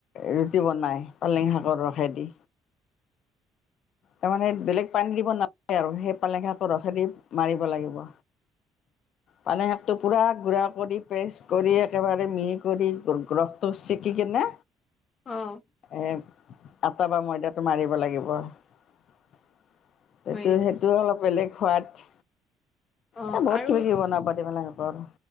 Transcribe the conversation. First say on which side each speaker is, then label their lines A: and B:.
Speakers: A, on the left (about 70°); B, on the left (about 45°).
A: ৰুটি বনাই পালেং শাকৰ ৰসেদি। তাৰমানে বেলেগ পানী দিব নালাগে, আৰু সেই পালেং শাকৰ ৰসেদি মাৰিব লাগিব। পালেং শাকটো পুৰা গুড়া কৰি, পেষ্ট কৰি, একেবাৰে মিহি কৰি ৰসটো চেকি কেনে
B: অ',
A: এ, আটা বা ময়দাটো মাৰি লাগিব। সেইটো,
B: হয় নেকি?
A: সেইটো অলপ বেলেগ সোৱাদ।
B: অ',
A: এ, বহুত
B: আৰু
A: কিবা কিবি বনাব <unintelligible> পালেং শাকৰ